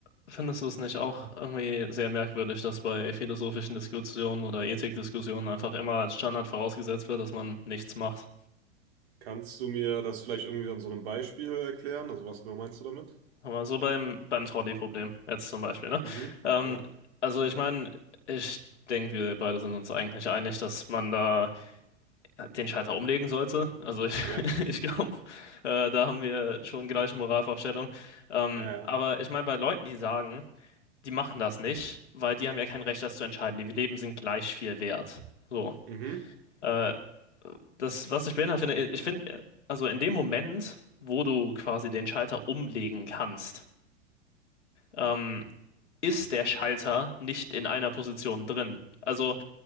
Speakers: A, on the left; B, on the right.
A: Findest du es nicht auch irgendwie sehr merkwürdig, dass bei philosophischen Diskussionen oder Ethikdiskussionen einfach immer als Standard vorausgesetzt wird, dass man nichts macht?
B: Kannst du mir das vielleicht irgendwie an so einem Beispiel erklären? Also was genau meinst du damit?
A: Aber so beim, beim Trolley-Problem jetzt zum Beispiel, ne?
B: Mhm.
A: Ähm,
B: Ja.
A: also ich meine, ich denke, wir beide sind uns eigentlich einig, dass man da den Schalter umlegen sollte. Also ich,
B: Ja.
A: <laughs> ich glaube, äh, da haben wir schon gleiche Moralvorstellung. Ähm,
B: Ja, ja.
A: aber ich meine, bei Leuten, die sagen, die machen das nicht, weil die haben ja kein Recht, das zu entscheiden. Die Leben sind gleich viel wert. So.
B: Mhm.
A: Äh, das, was ich beinhaltet finde, ich finde, also in dem Moment, wo du quasi den Schalter umlegen kannst, ähm, ist der Schalter nicht in einer Position drin. Also